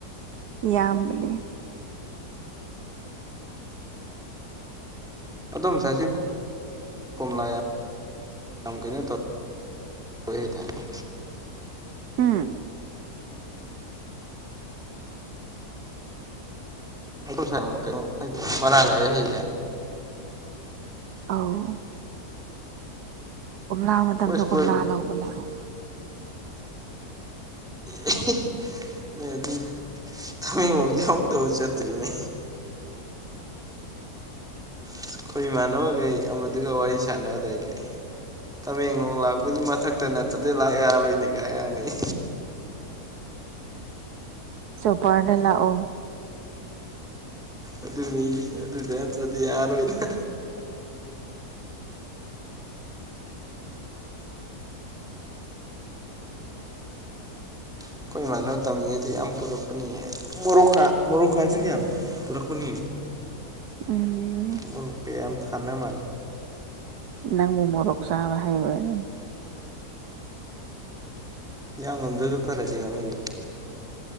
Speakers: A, on the right; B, in the centre.
A: ꯌꯥꯝꯕꯅꯦ
B: ꯑꯗꯣꯝꯁꯥꯏꯁꯤ ꯀꯣꯝꯂꯥ ꯌꯥꯝ ꯀꯩꯅꯣ ꯇꯧ ꯑꯣꯏꯗꯅ
A: ꯎꯝ
B: ꯑꯗꯨ ꯁꯝ ꯃꯔꯥꯡ ꯀꯥꯏ ꯍꯥꯏ
A: ꯑꯧ ꯀꯣꯝꯂꯥ ꯃꯇꯝꯗ
B: ꯑꯩꯈꯣꯏ ꯁ꯭ꯀꯨꯜ
A: ꯀꯣꯝꯂꯥ ꯂꯧꯕ ꯂꯥꯛꯑꯣ
B: ꯑꯦ ꯍ‌ꯦ ꯅ‌ꯣꯏ ꯑꯗꯨ ꯇꯃꯦꯡꯂꯣꯡꯗꯤ ꯑꯃꯨꯛꯇꯕꯨ ꯆꯠꯇ꯭ꯔꯤꯅꯦ ꯑꯩꯈꯣꯏ ꯏꯃꯥꯟꯅꯕꯈꯩ ꯑꯃꯗꯨꯒ ꯋꯥꯔꯤ ꯁꯥꯟꯅꯕꯗꯥꯏꯗꯤ ꯇꯃꯦꯡꯂꯣꯡ ꯂꯥꯛꯄꯗꯤ ꯃꯊꯛꯇ ꯅꯠꯇꯗꯤ ꯂꯥꯛ ꯌꯥꯔꯣꯏꯅꯦ ꯀꯥꯏ ꯑꯉꯥꯡꯅꯩ
A: ꯆꯣꯄ꯭ꯔꯗ ꯂꯥꯛꯑꯣ
B: ꯑꯗꯨꯅꯤ ꯑꯗꯨꯗ ꯅꯠꯇ꯭ꯔꯗꯤ ꯌꯥꯔꯣꯏꯗ ꯑꯩꯈꯣꯏ ꯏꯃꯥꯟꯅꯕ ꯇꯝꯃꯤꯉꯩꯗ ꯌꯥꯝ ꯄꯨꯔꯛꯄꯅꯤ ꯃꯣꯔꯣꯛꯀꯥ ꯃꯣꯔꯣꯛꯀꯥꯥꯁꯨ ꯌꯥꯝ ꯄꯨꯔꯛꯄꯅꯦ
A: ꯎꯝ
B: ꯃ‌ꯣꯔ‌ꯣꯛꯀ ꯌꯥꯝꯝ ꯊꯥꯟꯅ ꯃꯥꯜꯂꯦ
A: ꯅꯪꯕꯨ ꯃꯣꯔꯣꯛ ꯆꯥꯕ ꯍꯩꯕ꯭ꯔꯥꯅꯦ
B: ꯌꯥꯝ ꯉꯝꯗꯁꯨ ꯈꯔꯗꯤ ꯉꯝꯃꯤꯅ